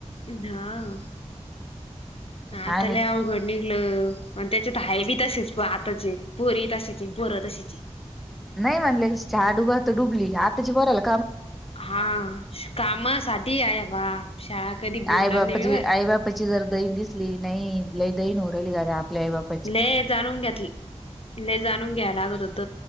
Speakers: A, on the left (about 55°); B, in the centre.
A: हा आता
B: आम्ही
A: लय आवघड निघल आणि त्याच्यात हाय बी तसेच आताचे पोरी तशाची पोरं तशाची,
B: नाही म्हणले चहा डुबत तर डुबली आ आताच्या पोराला
A: हा कामासाठी अरे बाप शाळा कधी बुडणार
B: <unintelligible> आई बापाची
A: नाही ग
B: आई बापाची जरा दहीन दिसली नाही लय दहीन होऊन राहीली आपल्या आई बाप,
A: ल जाणून घेतल लई जाणून घ्याय लागत होत.